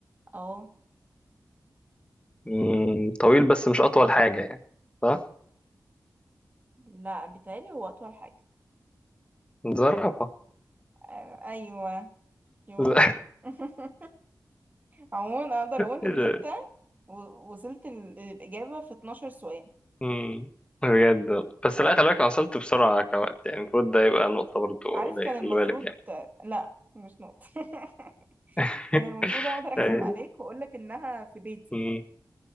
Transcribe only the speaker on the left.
مم. طويل بس مش أطول حاجة يعني صح؟
زرافة
<laughs>
إيه
ده؟
مم. بجد بس
لا خلي بالك أنا وصلت بسرعة كوقت يعني المفروض ده يبقى نقطة برضو
ليا
خلي
بالك يعني
<laughs>
أي-
مم.